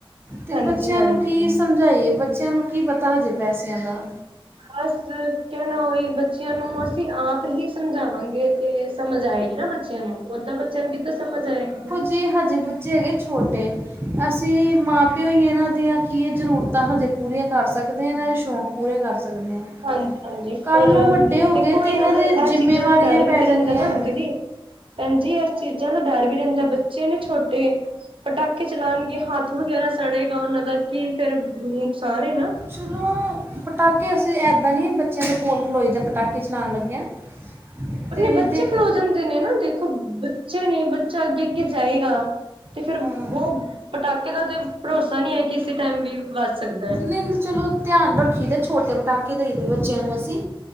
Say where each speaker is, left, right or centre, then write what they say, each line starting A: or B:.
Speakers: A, on the right; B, on the right.
A: ਤੇ
B: ਹਾਂਜੀ-ਹਾਂਜੀ।
A: ਬੱਚਿਆਂ ਨੂੰ ਕੀ ਸਮਝਾਈਏ, ਬੱਚਿਆਂ ਨੂੰ ਕੀ ਪਤਾ ਹਜੇ ਪੈਸਿਆਂ ਦਾ
B: ਬਸ ਕਹਿਣਾ ਹੋਵੇ, ਬੱਚਿਆਂ ਨੂੰ ਅਸੀਂ ਆਪ ਹੀ ਸਮਝਾਉਂਦੇ ਹਾਂਜੀ ਤੇ ਸਮਝ ਆਏਗੀ ਨਾ, ਬੱਚਿਆਂ ਨੂੰ ਓਦਾਂ ਬੱਚਿਆਂ ਨੂੰ, ਕਿੱਦਾਂ ਸਮਝ ਆਏਗੀ।
A: ਤੇ ਹੱਜੇ ਬੱਚੇ ਹੈਗੇ ਛੋਟੇ, ਅਸੀਂ ਮਾਂ ਪਿਓ ਹੀ ਇਹਨਾਂ ਦੀਆਂ ਕੀ ਇਹ ਜ਼ਰੂਰਤਾਂ ਹਜੇ ਪੂਰੀਆਂ, ਕਰ ਸਕਦੇ ਹਾਂ, ਇਹ ਸ਼ੌਕ ਪੂਰੇ ਕਰ ਸਕਦੇ ਹਾਂ।
B: ਹਾਂਜੀ -ਹਾਂਜੀ
A: ਕੱਲ੍ਹ
B: ਪਰ
A: ਨੂੰ ਵੱਡੇ ਹੋ
B: ਦੇਖੋ
A: ਗਏ ਅਤੇ
B: ਇਹਨਾਂ ਦਾ
A: ਦੇ ਜ਼ਿੰਮੇਵਾਰੀਆਂ
B: ਇਹ ਚੀਜ਼ਾਂ ਦਾ ਡਰ ਵੀ,
A: ਪੈ
B: ਤੇ
A: ਜਾਣੀਆਂ
B: ਰਹਿੰਦਾ ਨਾ
A: ਹੈ।
B: ਦੀਦੀ। ਭੈਣਜੀ, ਇਸ ਚੀਜ਼ਾਂ ਦਾ ਡਰ ਵੀ ਰਹਿੰਦਾ, ਬੱਚੇ ਨੇ ਛੋਟੇ ਪਟਾਕੇ ਚਲਾਉਣ ਕਿ ਹੱਥ ਵਗੈਰਾ ਸੜੇਗਾ ਉਹਨਾਂ ਦਾ, ਕੀ ਫਿਰ ਨੁਕਸਾਨ ਇਹ ਨਾ
A: ਚੱਲੋ ਪਟਾਕੇ, ਅਸੀਂ ਇੱਦਾਂ ਨਹੀਂ ਬੱਚਿਆਂ ਦੇ ਕੋਲ ਖਲੋ ਈ, ਦੇ ਪਟਾਕੇ ਚਲਾਉਣ ਲੱਗੇ ਹਾਂ। ਅਤੇ
B: ਆਪਣੇ ਬੱਚੇ,
A: ਦੇਖ
B: ਖਲੋ ਜਾਂਦੇ ਨੇ ਨਾ ਦੇਖੋ ਅੱਛਾ, ਨੇ ਬੱਚਾ ਅੱਗੇ -ਅੱਗੇ ਜਾਏਗਾ ਤੇ ਫਿਰ
A: ਅਮ,
B: ਉਹ ਪਟਾਕੇ ਦਾ ਤੇ ਭਰੋਸਾ ਨਹੀਂ ਹੈ, ਕਿਸੇ ਟਾਈਮ ਵੀ ਵਜ ਸਕਦਾ ਹੈ
A: ਨਹੀਂ ਚਲੋ, ਧਿਆਨ ਰੱਖੀ ਦੇ, ਛੋਟੇ ਪਟਾਕੇ ਬੱਚਿਆਂ ਨੂੰ ਅਸੀਂ।